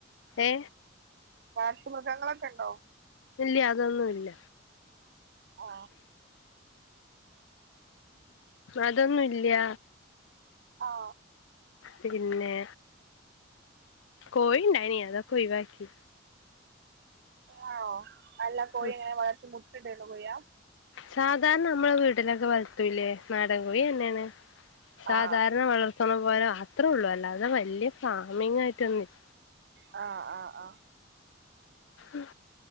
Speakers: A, on the left; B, on the right.
A: ഏ
B: വളർത്തു മൃഗങ്ങളൊക്കെയുണ്ടോ
A: ഇല്യ അതൊന്നുയില്ല
B: ആ
A: അതൊന്നും ഇല്യ
B: ആ
A: പിന്നെ കോഴി ഉണ്ടായിനെ അതൊക്കെ ഒഴിവാക്കി
B: ആ അല്ല കോഴ
A: ഉം
B: ഇങ്ങനെ വളർച്ച മുട്ടിട്ടു കൊയ്യ
A: സാധാരണ നമ്മളെ വീട്ടിലൊക്കെ വളർത്തൂല്ലേ നാടൻ കോഴി തന്നെയാണ് സാധാരണ
B: ആ
A: വളർത്തണ പോലെ അത്രേ ഉള്ളൂ അല്ലാതെ വലിയ ഫാമിംഗ ആയിട്ട് ഒന്നുല്ല
B: ആ ആ ആ
A: ഉം